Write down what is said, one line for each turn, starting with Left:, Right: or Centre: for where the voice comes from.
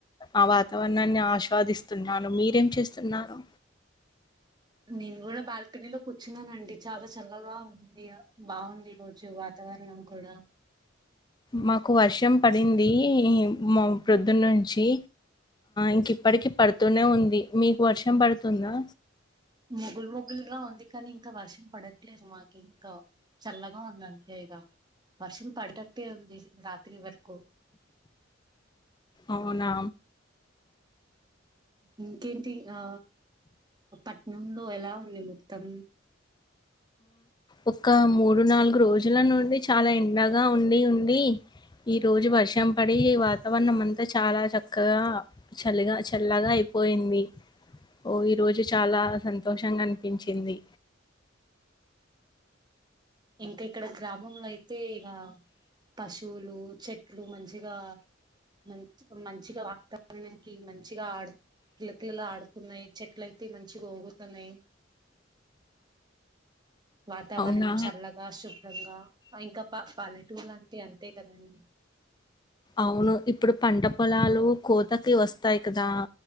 Left: ఆ వాతావరణం నాన్ని ఆశ్వాదిస్తున్నాను మీ ఏం చేస్తున్నారు
Right: నేను కూడా బాల్కనీలో కూర్చున్నానండి చాలా చల్లగా ఉంది ఇగ బాగుంది వొచ్చే వాతావరణం కూడా
Left: మాకు వర్షం పడింది మా ప్రొద్దున్న నుంచి ఇంక ఇప్పటికిీ పడుతూనే ఉంది మీకు వర్షం పడుతుందా
Right: ముగుల్ ముగుల్గా ఉంది కానీ ఇంకా వర్షం పడద్ ప్లీజ్ మాకింకా చల్లగా ఉందంతె ఇగ వర్షం పడటట్టే ఉంది రాత్రి వరకు
Left: అవునా
Right: ఇంకేంటి ఆ పట్నంలో ఎలా ఉంది మొత్తం
Left: ఒ మూడు నాలుగు రోజుల నుండి చాలా ఎండగా ఉండి ఉండి ఈరోజు వర్షం పడి వాతావరణం అంతా చాలా చక్కగా చల్లిగా చల్లగా అయిపోయింది ఓ ఈరోజు చాలా సంతోషంగా అనిపించింది
Right: ఇంకా ఇక్కడ గ్రామంలో అయితే ఇక పశువులు చెట్లు మంచిగా మ మంచిగా వాతావణనికి మంచిగా ఆడు పిలకిలా ఆడుతున్నాయి చెట్ల మంచిగా ఊగు తున్నాయి వాతావరణం
Left: అవునా?
Right: చల్లగా శుభ్రంగా ఇంకా పల్లెటూరూ అంటే అంత అంతే కదండీ
Left: అవును ఇప్పుడు పంట పొలాలు కోతకి వస్తాయి కదా